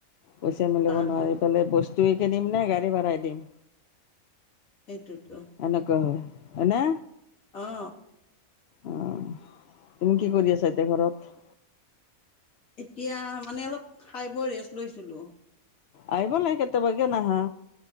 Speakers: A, on the left; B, on the left.
A: পইচা মিলিব
B: ভাড়াটো
A: নোৱাৰি পেলায় পইচা। তোকেই দিম নে গাড়ী ভাড়াই দিম।
B: সেইটোতো
A: এনেকোৱা হয়। হয়নে।
B: অ।
A: অ। তুমি কি কৰি আছা এতিয়া ঘৰত?
B: এতিয়া মানে অলপ খাই বৈ ৰেষ্ট লৈছিলো।
A: আহিব লাগে কেতিয়াবা কিয় নাহা।